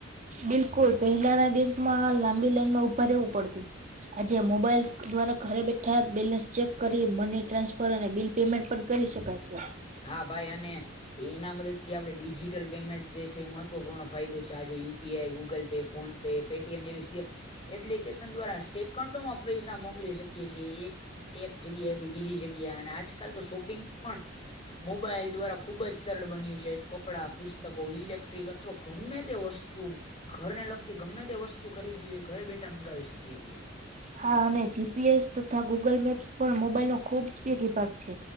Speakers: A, on the right (about 40°); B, on the left (about 30°).
A: બિલકુલ પહેલાના બેંકમાં લાંબી ઊભા રહેવું પડતું. આજે મોબાઈલ દ્વારા ઘરે બેઠા બેલેન્સ ચેક કરી મની ટ્રાન્સફર અને બિલ પેમેન્ટ પણ કરી શકાય છે.
B: હા ભાઈ અને એના મદદથી આપણે ડિજિટલ પેમેન્ટ જે છે જે એ મહત્વપૂર્ણ ફાયદો છે. આજે UPI, Google pay, phone Paytm જેવી એપ્લિકેશન દ્વારા સેકન્ડોમાં પૈસા મોકલી શકીએ છે એ એક જગ્યાથી બીજી જગ્યાએ અને આજકાલ તો શોપિંગ પણ મોબાઇલ દ્વારા ખૂબ જ સરળ બન્યું છે કપડાં, પુસ્તકો, ઇલેક્ટ્રિક અથવા ગમે તે વસ્તુ ઘરના લગતી ગમે તે વસ્તુ ખરીદવી હોય ઘરે બેઠા મગાવી શકીએ છે.
A: હા અને જીપીએસ તથા ગૂગલ મેપસ પણ મોબાઇલના ખૂબ જ ઉપયોગી ભાગ છે.